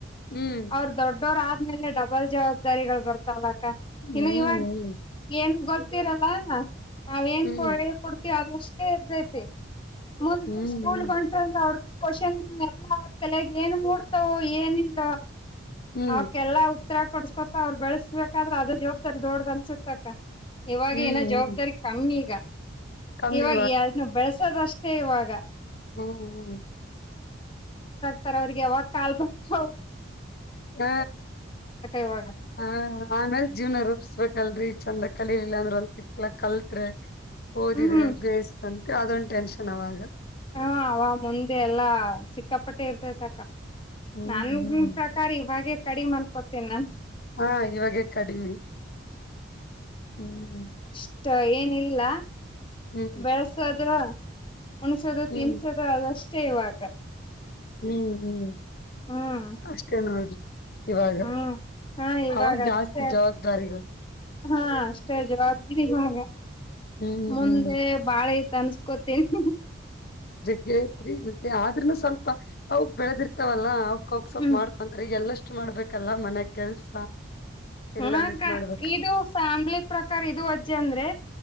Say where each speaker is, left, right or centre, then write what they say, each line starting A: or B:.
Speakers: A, on the left (about 50°); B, on the left (about 25°).
A: ಹ್ಮ್
B: ಅವರ್ ದೊಡ್ಡೋರ ಆತ್ ಇನ್ಮೇಲೆ ಡಬಲ್ ಜವಾಬ್ದಾರಿಗಳ ಬರ್ತಾವಲ್ಲ ಆಕ್ ಅಕ್ಕಾ
A: ಹ್ಮ್
B: ಇನ್ನು ಇವಾಗ್ ಎನ್ ಗೊತ್ ಇರ್ತಿರಲ್ಲಾ ನಾವ್ ಏನ್
A: ಹ್ಮ್
B: ಕೋಳಿಗ್ ಕೊಡ್ ತಿ ಅದರಷ್ಟೇ ಇರ್ತೈತಿ ಮುಂದೆ
A: ಹ್ಮ್
B: ಸ್ಕೂಲ್ಗ್
A: ಹ್ಮ್ ಹ್ಮ್
B: ಹೊಂಟ್ರಾ ಅಂದ್ರ ಅವರದೆ ಕೊ ಸ್ಕ್ವಾಷನ್ ಎಲ್ಲಾ ಅವ್ರ ತಲ್ಯಾಗ್ ಏನ್ ಮೂಡ್ತಾವೊ ಏನಿಲ್ಲಾ
A: ಹ್ಮ್
B: ಅವಕ್ಕೆಲ್ಲಾ ಉತ್ರಾ ಕೊಡ್ಸ್ಕೊತಾ ಅವರ ಬೆಳಸ್ಬೇಕಾದ್ರ ಅದು ಜವಾಬ್ದಾರಿ ದೊಡ್ದ ಅನ್ಸತ್ತಕ್ಕಾ ಇವಾಗೆ
A: ಹ್ಮ್
B: ಹಿನಾ
A: ಹ್ಮ್
B: ಜವಾಬ್ದಾರಿ ಕಮ್ಮಿ ಈಗಾ
A: ಕಮ್ಮಿ
B: ಇವಾಗ ಎನ್ ಬೆಳಸೋದ ಅಷ್ಟ ಫ್ರೀ ಇವಾಗಾ
A: ಹು ಹು.
B: ಸರ್ ಅವ್ರಿಗೆ ಯಾವಾಗ್ ಕಾಲ್ ಬಂತೋ.
A: ಹ
B: ಇವಾಗ
A: ಹ ಹ ಆಮೇಲ್ ಜೀವ್ನ ರೂಪಿಸ್ಬೇಕಲ್ರರಿ ಚಂದಕ್ ಕಲಿಲಿಲ್ಲ ಅಂದ್ರೆ ಒನ್ ಸಿಕ್ಲ ಕಲ್ತ್ರೆ. ಓದಿದ್ರೆ
B: ಹ್ಮ್
A: ಬೇಸ್ಟ್ ಅಂ ಕ ಅದೊಂದ್ ಟೆನ್ಷನ್ ಅವಾಗ.
B: ಹಾ ಅವ ಮುಂದೆ ಎಲ್ಲ ಸಿಕ್ಕಾಪಟ್ಟೆ ಇರ್ತೈತ್ ಅಕ್ಕ.
A: ಹ್ಮ್
B: ನನ್
A: ಹ್ಮ್
B: ಪ್ರಕಾರ ಇವಾಗೆ. ಕಡಿಮ್ ಅಂದ್ಕೋತಿನ್ ನಾನ್
A: ಹಾ ಇವಾಗೇ ಕಡಿಮಿ ಹ್ಮ್.
B: ಸೊ ಏನಿಲ್ಲ.
A: ಹ್ಮ್ ಹ್ಮ್
B: ಬೆಳ್ಸದ್ರ. ಒಣ್ಸಾದಾದ್
A: ಹ್ಮ್
B: ತಿನ್ ಸದ ಆದಷ್ಟೇ ಇವಾಗ.
A: ಹ್ಮ್ ಹ್ಮ್
B: ಹ್ಮ್
A: ಅಷ್ಟೇ ಹೌದು. ಇವಾಗ
B: ಹ್ಮ್ ಹಾ ಇವಾಗ
A: ಅವಾಗ ಜಾಸ್ತಿ
B: ಅಷ್ಟೇ
A: ಜವಾಬ್ದಾರಿಗಳ್.
B: ಹಾ ಷ್ಟೆ ಜಾಸ್ತಿ ಇವಾಗ
A: ಹ್ಮ್
B: ಮುಂದೆ
A: ಹ್ಮ್
B: ಬಾಳ ಐತ್ ತನ್ಸ್ಕೋತೀನ್.
A: ಡೇತ್ರಿ ಮತ್ತೆ ಆದ್ರುನು ಸ್ವಲ್ಪ್ ಪ ಅವುಕ್ ಬೆಳ್ದಿರ್ತವಲ್ಲ ಅವುಕ್ ಅವ್ ಸೊಲ್ಪ್
B: ಹ್ಮ್
A: ಮಾಡ್ಕೊಂತ್ರ ಈಗ್ ಎಲ್ಲಷ್ಟ್ ಮಾಡ್ಬೇಕು. ಕಲ್ಲ ಮನೆ ಕೆಲ್ಸ.
B: ಹ್ಮ್
A: ಎಲ್ಲಾನು
B: ಅಕ್ಕ
A: ಇದ್ ಮಾಡ್ಬೇಕ್ರಿ
B: ಇದು ಫ್ಯಾಮ್ಲಿ ಪ್ರಕಾರ ಇದು ಅಜ್ಜೆ ಅಂದ್ರೆ